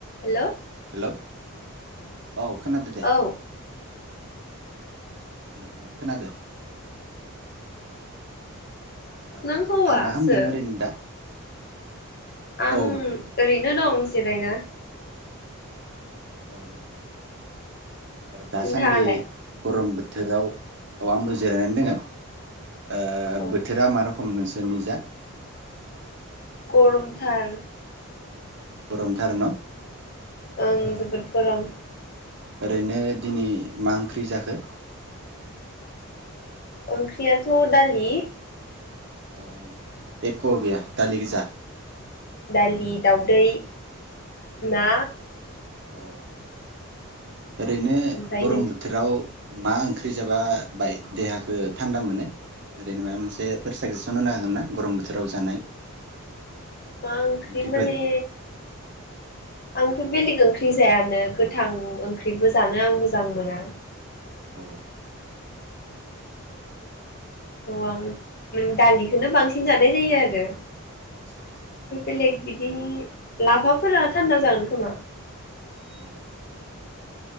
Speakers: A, on the left; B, on the right.
A: Hello
B: hello औ खोनादो दे।
A: औ
B: उम उम खोनादो ओ
A: नों
B: नोंथाङा
A: हौवासो
B: मा होनदों ओरैनो दा
A: आं
B: औ
A: ओरैनो दं जिरायना <inaudible>
B: अ ओ दासान्दि
A: नोंथाङालाय
B: गरम बोथोराव औ आंबो जिरायनानै दोंङो। ओ
A: औ
B: बोथोरा मा रख खम नोंसोर निजा?
A: गरमथार
B: गरमथार न।
A: ओं
B: ओ
A: जोबोद गरम।
B: ओरैनो दिनै मा ओंख्रि जाखो?
A: ओंख्रियाथ दालि।
B: अ एक गैया दालि गोजा
A: दालि‌ दाउदै ना
B: अ। ओरैनो
A: ओमफ्राय
B: गरम
A: नों
B: बोथोराव मा ओंख्रि जाबा बाय देहाखो थान्दा मोनो? ओरैनो माबा मोनसेफोर साजेसन होनो हागोन ना, गरम बोथोराव जानाय?
A: मा ओंख्रि
B: ओंख्रिफोर
A: माने आं थ' बेलेग ओंख्रि जायानो गोथां ओंख्रिबो जानो आं मोजां मोना।
B: अ।
A: थ' आं नों दालिखौनो बांसिन जानाय जायो आरो।
B: आदसा आदसा
A: बे बेलेग दि दि लाफाफोरा थान्दा जागोन खोमा?
B: औ